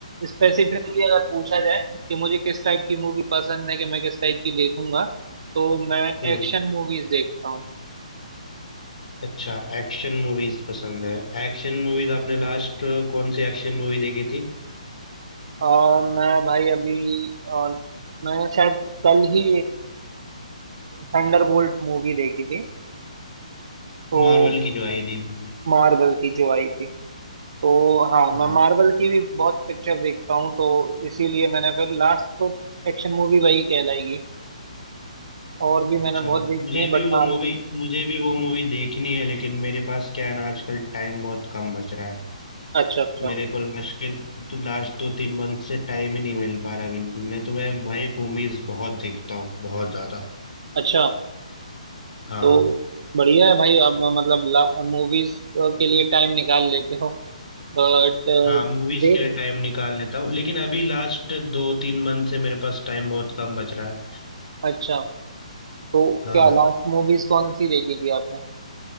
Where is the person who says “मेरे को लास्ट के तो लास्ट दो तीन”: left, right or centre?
Left